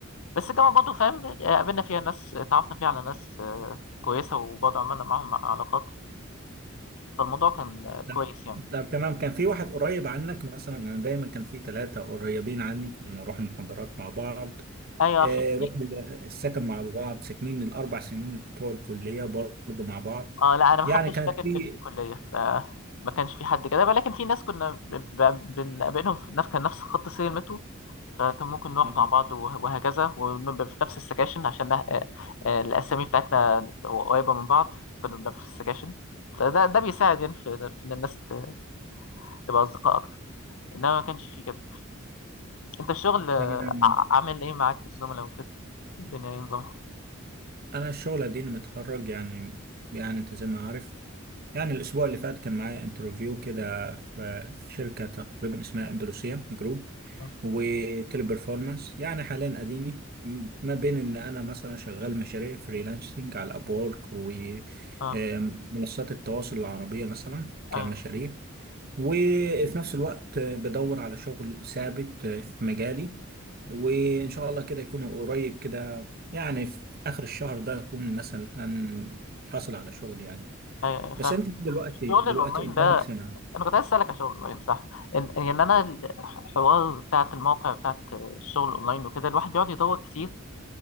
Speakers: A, on the left; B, on the right.
A: بس الجامعه برضه فاهم قابلنا فيها ناس تعرفنا فيها على ناس آه، كويسه وبرضه عملنا معاهم علاقات فالموضوع كان آه، كويس
B: لا.
A: يعني
B: طب تمام كان في واحد قريب عنك مثلا انا دايما كان في ثلاثة قريبين عني كنا نروح المحاضرات مع بعض
A: ايوه
B: آه،
A: في في
B: رحنا السكن مع بعض ساكنين الأربع سنين بتوع الكلية برضه مع بعض
A: اه لا انا ما
B: يعني
A: خدتش
B: كانت
A: سكن
B: في
A: في الكليه ف ما كانش في حد كده ولكن في ناس كنا ب- ب- بنقابلهم في نفس كان نفس خط سير المترو فكان ممكن نروح
B: آه،
A: مع بعض وه- وهكذا ونبقى في نفس السكاشن عشان نح- آه، آه، الاسامي بتاعتنا قريبه من بعض كنا بنبقى في السكاشن فده ده بيساعد يعني في في ان الناس ت- تبقى اصدقاء اكتر انما ما كانش فيه كده انت الشغل آه،
B: أنا
A: ع- عامل ايه معاك والزملاء وكده الدنيا ايه نظامها
B: أنا الشغل أديني متخرج يعني يعني أنت زي ما عارف يعني الأسبوع اللي فات كان معايا انترفيو كده في في شركة تقريبا اسمها أندلسية جروب
A: اه
B: وتيلي بيرفورمانس يعني حاليا أديني م- ما بين إن أنا مثلا شغال مشاريع فريلانسنج على أبورك ومنصات
A: آه،
B: التواصل العربية مثلا كمشاريع
A: ايوه
B: وفي نفس الوقت بدور على شغل ثابت في مجالي وإن شاء الله كده يكون قريب كده يعني في آخر الشهر ده أكون مثلا حاصل على شغل يعني
A: ايوه أيوة، فاهم
B: بس أنت دلوقتي
A: الشغل
B: دلوقتي
A: الاونلاين
B: قدامك
A: ده
B: سنة
A: انا كنت عايز اسالك عشان اونلاين صح ان ان يعني انا الحوار بتاعت المواقع بتاعت الشغل اونلاين وكده الواحد بيقعد يدور كتير